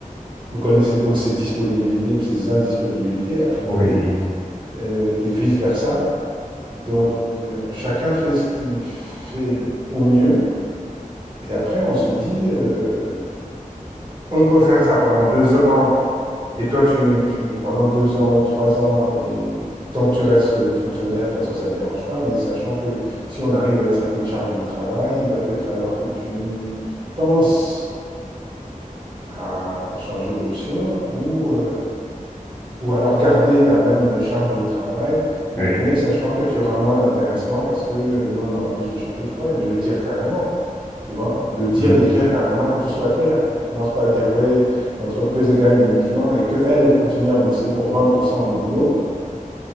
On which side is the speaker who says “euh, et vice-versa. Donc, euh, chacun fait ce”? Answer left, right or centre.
Right